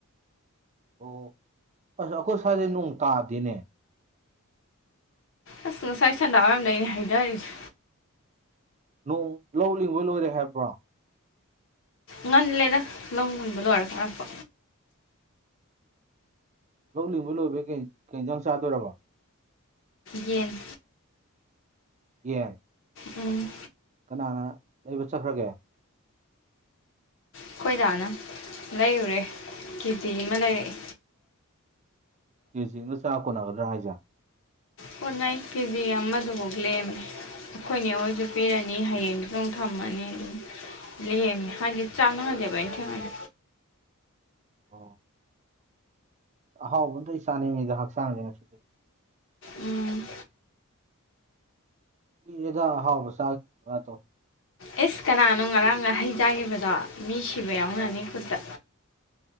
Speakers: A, on the right; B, on the left.
A: ꯑꯣ ꯑꯁ ꯑꯩꯈꯣꯏ ꯁ꯭ꯋꯥꯏꯗꯦ ꯅꯣꯡ ꯇꯥꯗꯤꯅꯦ
B: ꯑꯁ ꯉꯁꯥꯏ ꯁꯟꯗꯥꯕꯝꯗ ꯑꯅꯦ ꯍꯥꯏꯖꯔꯤꯁꯦ
A: ꯅꯣꯡ ꯂꯧ ꯂꯕ ꯂꯣꯏꯔꯦ ꯍꯥꯏꯕ꯭ꯔꯣ
B: ꯉꯜꯂꯦꯗ ꯂꯧ ꯉꯟꯕ ꯂꯣꯏꯔ ꯀꯥꯔꯛꯄ
A: ꯂꯧ ꯂꯤꯡꯕ ꯂꯣꯏꯕꯩ ꯀꯩꯖꯥꯡ ꯆꯥꯗꯣꯏꯔꯕ
B: ꯌꯦꯟ
A: ꯌꯦꯟ
B: ꯎꯝ
A: ꯀꯅꯥꯅ ꯂꯩꯕ ꯆꯠꯈ꯭ꯔꯒꯦ
B: ꯑꯩꯈꯣꯏꯗꯥꯅ ꯂꯩꯔꯨꯔꯦ ꯀꯦ ꯖꯤ ꯑꯃ ꯂꯩꯔꯛꯑꯦ
A: ꯀꯦ ꯖꯤꯅꯒ ꯆꯥ ꯀꯣꯟꯅꯒꯗ꯭ꯔꯥ ꯍꯥꯏꯖꯦ
B: ꯀꯣꯟꯅꯩ ꯀꯦꯖꯤ ꯑꯃꯗꯨꯐꯥꯎ ꯂꯦꯝꯃꯦ ꯑꯩꯈꯣꯏꯅꯦ ꯑꯩꯉꯣꯏꯁꯨ ꯄꯤꯔꯅꯤ ꯍꯌꯦꯡꯗꯨꯁꯨ ꯑꯃꯨ ꯊꯝꯃꯅꯤ ꯑꯗꯨꯝ ꯂꯦꯃꯤ ꯍꯥꯏꯗꯤ ꯆꯥꯅꯗꯤꯦꯕ ꯊꯦ ꯃꯅ
A: ꯑꯣ ꯑꯍꯥꯎꯕ ꯑꯃꯗ ꯑꯩ ꯆꯥꯅꯤꯡꯉꯤꯗ ꯍꯛꯆꯥꯡꯁꯦ ꯉꯁꯤꯗꯤ
B: ꯎꯝ
A: ꯀꯗ ꯍꯥꯎꯕ ꯁꯥꯇꯣ
B: ꯑꯦꯁ ꯀꯅꯥꯅꯣ ꯉꯔꯥꯡꯒ ꯍꯩꯖꯥꯈꯤꯕꯗꯣ ꯃꯤ ꯁꯤꯕ ꯌꯥꯎꯅꯅꯤ ꯈꯨꯠꯇ